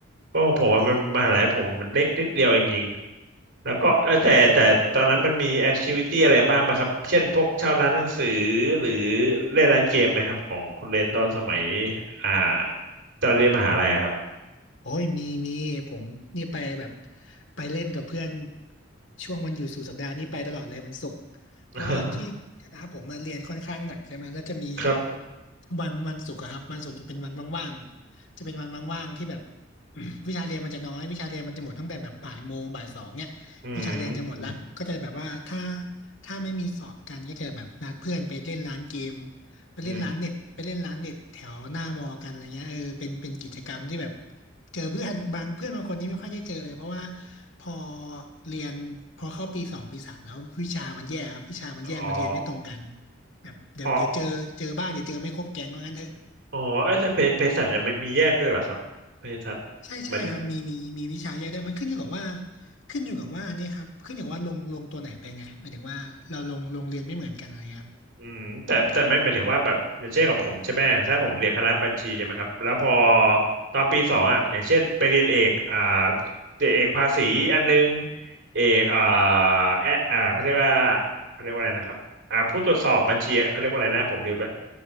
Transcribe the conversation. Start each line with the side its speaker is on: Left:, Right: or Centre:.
Right: ก็ของผมอะมันมหาลัยผมมันเล็กนิดเดียวจริง
Left: ใช่
Right: ๆแล้วก็เออแต่แต่ตอนนั้นมันมีแอคทิวิตี้อะไรบ้างปะครับเช่นพวกเช่าร้านหนังสือหรือเล่นร้านเกมไหมครับของคุณเลนตอนสมัยอ่าตอนเรียนมหาลัยอะครับ
Left: โอ้ยมีมีผมนี่ไปแบบไปเล่นกับเพื่อนช่วงวันหยุดสุดสัปดาห์นี่ไปตลอดเลยวันศุกร์เพราะว่าที่คณะผมมาเรียนค่อนข้างหนักใช่ไหมแล้วจะมี
Right: <laughs> ครับ
Left: วันวันศุกร์อะครับวันศุกร์จะเป็นวันว่างๆจะเป็นวันว่างๆที่แบบ <clears throat> วิชาเรียนมันจะน้อยวิชาเรียนมันจะหมดตั้งแต่แบบบ่ายโมงบ่ายสองเนี่ยวิชาเรียนจะหมดละก็จะแบบว่าถ้า
Right: อืม
Left: ถ้าไม่มีสอบกันก็จะแบบนัดเพื่อนไปเล่นร้านเกมไปเล่นร้านเน็ตไปเล่นร้านเน็ตแถวหน้ามอกันอะไรเงี้ยเออเป็นเป็นกิจกรรมที่แบบ
Right: อืม
Left: เจอเพื่อนบางเพื่อนบางคนนี้ไม่ค่อยได้เจอเลยเพราะว่าพอเรียนพอเข้าปีสองปีสามแล้ววิชามันแย่ครับวิชามันแยกมันเรียนไม่ตรงกัน
Right: อ๋อ
Left: แบบเดี๋ยวเดี๋ยวเจอเจอบ้างเดี๋ยวเจอไม่ครบแก๊งว่างั้นเถอะ
Right: อ๋ออ๋อเอ้ยแต่เภเภสัชยังไม่มีแยกด้วยเหรอครับเภสัช
Left: ใช่ใช่ครับมีมีมีวิชาแยกได้มันขึ้นอยู่กับว่า
Right: มัน
Left: ขึ้นอยู่กับว่านี่ครับขึ้นอยู่กับว่าลงลงตัวไหนไปไงหมายถึงว่าเราลงลงเรียนไม่เหมือนกันอะไรเงี้ยครับ
Right: อืมแต่แต่ไม่หมายถึงว่าแบบอย่างเช่นของผมใช่ไหมถ้าผมเรียนคณะบัญชีใช่ไหมครับแล้วพอตอนปีสองอ่ะอย่างเช่นไปเรียนเอกอ่าเอกเอกภาษีอันนึงเอกอ่าแอะอ่าเขาเรียกว่าเขาเรียกว่าอะไรนะครับอ่าผู้ตรวจสอบบัญชีเขาเรียกว่าอะไรนะผมลืมแล้ว